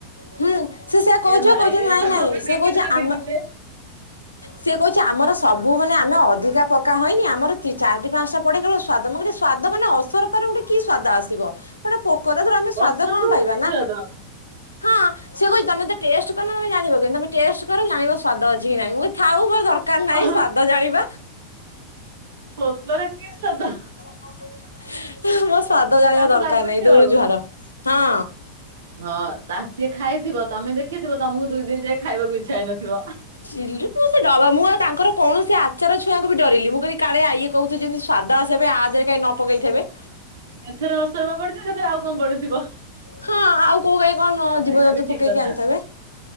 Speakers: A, on the left; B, on the right.
A: ହୁଁ, ସେ ସେୟା କହୁଛି
B: ଏ ଭାଇ
A: ପା। କହୁଛି
B: ଏ
A: ନାଇଁ
B: ତମେ
A: ନାଇଁ, ସେ
B: ଦେଖିଥିବ
A: କହୁଛି
B: ଦି
A: ଆମ
B: ଦିନରେ
A: ସିଏ କହୁଛି ଆମର ସବୁ ମାନେ ଆମେ ଅଧିକା ପକା ହଏନି ଆମର ଚାରିଟି ପାଞ୍ଚଟା ପଡେ, କେବଳ ସ୍ଵାଦ। ମୁଁ କହିଲି ସ୍ଵାଦ ମାନେ ଅସରପାର ଗୋଟେ କି ସ୍ଵାଦ ଆସିବ? ସେ ଗୋଟେ ପୋକ ତା ଥିରୁ ଆମେ ସ୍ଵାଦ
B: ଅପସରାର
A: କଣ ପାଇବା?
B: କି
A: ନା
B: ସ୍ୱାଦ
A: ହଁ, ସେ କହୁଛି ତମେ ତ ଟେଷ୍ଟ କରିନ, ତମେ ଜାଣିବ କେମିତି? ତମ ଟେଷ୍ଟ କର ଜାଣିବ ସ୍ଵାଦ ଅଛି ଅଛି କି ନାଇଁ। ମୁଁ କହିଲି ଥାଉ ମୋର ଦରକାର ନାହିଁ
B: ଆଉ
A: ସ୍ଵାଦ ଜାଣିବା।
B: ପୋକ ର କି ସ୍ଵାଦ?
A: ମୋର ସ୍ଵାଦ ଜାଣିବା
B: ତାଙ୍କୁ
A: ଦରକାର
B: ଲାଗୁଛି
A: ନାହିଁ। ଦୂରୁ
B: ଆଉ।
A: ଜୁହାର ହଁ।
B: ହଁ, ତା ସିଏ ଖାଇଥିବ, ତମେ ଦେଖିଥିବ, ତମକୁ ଦୁଇ ଦିନ ଯାଏ ଖାଇବାକୁ ଇଚ୍ଛା ହେଇନଥିବ।
A: <unintelligible> ମୁଁ ଆଉ ତାଙ୍କର କୌଣସି ଆଚାର ଛୁଆକୁ ବି ଡରିଲି। ମୁଁ କହିଲି କାଳେ ଆଇ ଇଏ କହୁ ଥିଲେ ଯେମିତି ସ୍ଵାଦ ଆସବା ପାଇଁ ଆଥରେ କାଇଁ ନ ପକେଇ ଥିବେ?
B: ଏଥେରେ ଅସରପା ପଡିଛି, ସେଥିରେ ଆଉ କଣ ପଡିଥିବ।
A: ହଁ, ଆଉ କୋଉ କାଇଁ କଣ
B: ହଁ
A: ଜୀବଜନ୍ତୁ
B: ସେଇଟା ବି ଠିକ
A: ପକେଇକି
B: କଥା
A: ଆଣିଥିବେ।